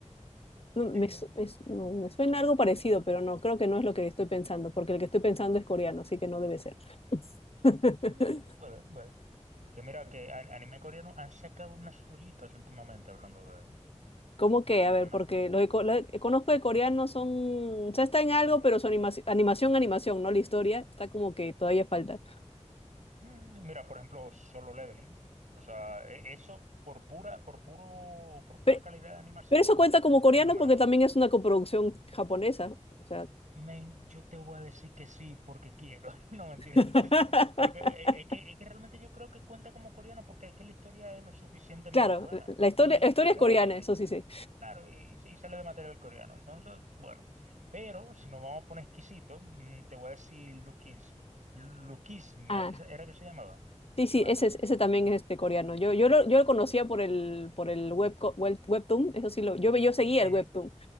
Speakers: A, on the left; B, on the right.
A: no,
B: <laughs>
A: me, su- me su- no, me suena algo parecido, pero no, creo que no es lo que estoy pensando, porque el que estoy pensando es coreano, así que no debe ser. <laughs>
B: Mm, Bueno, bueno. Que mira, que a- anime coreano han sacado unas joyitas últimamente hablando de... ¿eh?
A: ¿Cómo que? A
B: Pero
A: ver,
B: una-
A: porque los que co- lo que conozco de coreanos son, o sea, está en algo, pero su animaci- animación, animación, ¿no? La historia está como que todavía falta.
B: mm, mira, por ejemplo, Solo Leveling. O sea, e- eso por pura, por puro, por pura
A: Pero,
B: calidad de animación,
A: pero eso cuenta como coreano
B: una maravilla.
A: porque también es una coproducción japonesa. O sea,
B: Men, yo te voy a decir que sí porque quiero. <laughs> No, mentira.
A: <laughs>
B: Porque eh, es que, es que realmente yo creo que cuenta como coreano porque es que la historia es lo suficientemente
A: claro,
B: buena.
A: la la historia,
B: Y
A: la historia
B: sale
A: es coreana, eso sí sé.
B: Claro, y, y sale de material coreano. Entonces, bueno, pero si nos vamos a poner exquisito, mm, te voy a decir Lukism. Lukism,
A: Ah,
B: ¿eh? ¿Qué se- ¿era que se llamaba?
A: sí,
B: ¿Te suena?
A: sí, ese, es- ese también es este coreano. Yo, yo, lo, yo lo conocía por el, por el webco- web, webtoon, eso sí lo, yo, ve- yo seguía
B: Ujú.
A: el webtoon,